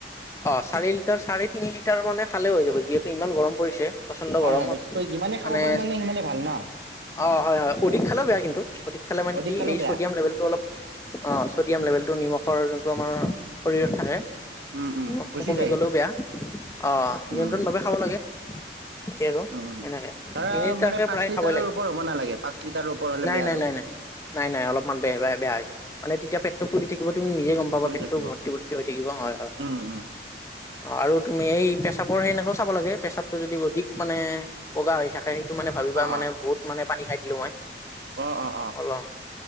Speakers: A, on the left; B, on the right.
A: অ', চাৰি লিটাৰ চাৰে তিনি লিটাৰ মানে খালে হৈ যাব যিহেতু ইমান গৰম পৰিছে প্ৰচণ্ড
B: হয়
A: গৰমত,
B: হয় বেছিকৈ যিমানে খাব
A: মানে
B: পাৰো সিমানে ভাল ন
A: অ', হয়-হয় অধিক খালেও বেয়া কিন্তু অধিক খালে মানে
B: অধিক
A: কি
B: খালেও
A: এই
B: বেয়া
A: ছডিয়াম লেভেলটো অলপ অ', ছডিয়াম লেভেলটো নিমখৰ যোনটো আমাৰ শৰীৰত থাকে।
B: উম উম
A: নিমখটো
B: গুচি
A: কমি
B: যায় সেইটো
A: গলেও বেয়া। অ',
B: উম
A: নিয়ন্ত্ৰণ
B: উম
A: ভাৱে খাব লাগে। কে আৰু
B: উম উম
A: সেনেকে
B: ধৰা
A: তিনি দুটাকে
B: মানে পাঁচ
A: প্ৰায়
B: লিটাৰৰ
A: খাবই লাগে।
B: ওপৰ হ'ব নালাগে পাঁচ লিটাৰৰ ওপৰ হ'লে
A: নাই-নাই-নাই-নাই।
B: বেয়া আৰু
A: নাই নাই অলপমান বেয়া-বে-বেয়া, মানে তেতিয়া পেটটো ফুলি থাকিব তুমি নিজে গম পাবা
B: ফুলি
A: পেটটো
B: থাকিব
A: ভৰ্তি ভৰ্তি হৈ থাকিব হয়, হয়।
B: উম উম
A: অ', আৰু তুমি এই পে পেচাবৰ সেইনেকেও চাব লাগে পেচাবটো যদি অধিক মানে বগা হৈ থাক সেইটো মানে ভাবিবা
B: অ
A: মানে
B: অ
A: বহুত মানে পানী খাই দিলোঁ মই।
B: অ', অ'।
A: অল অ',